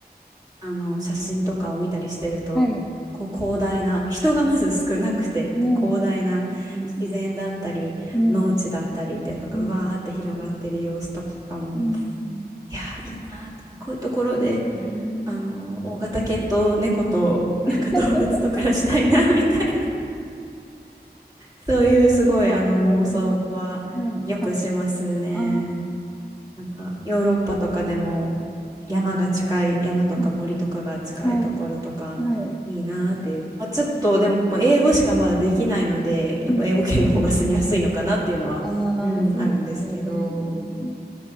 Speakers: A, on the right; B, in the centre.
A: あの写真とかを見たりしてるとこう広大な人がまず少なくてで広大な
B: あはい。うんうんうん
A: 自然だったり農地だったりっていうのがうわーって広がってる様子とかも
B: うん。うんうん
A: いやーいいなーってこういうところで
B: うん。そうですね。
A: あの大型犬と猫となんか動物と暮らしたいなみたいな
B: <laughs>
A: そういうすごいあの妄想はよくしますね。
B: そうですよね。はいはい。ああ、
A: なんかヨーロッパとかでも山が近い山とか森とかが近いところとかいいなーっていう、
B: はいはいはい。
A: まあ、ちょっとでも英語しかまだできないのでやっぱ英語圏の方が住みやすいのかなっていうのは、
B: うんうんうんああ、
A: うん、
B: そうですよね。
A: あるんですけど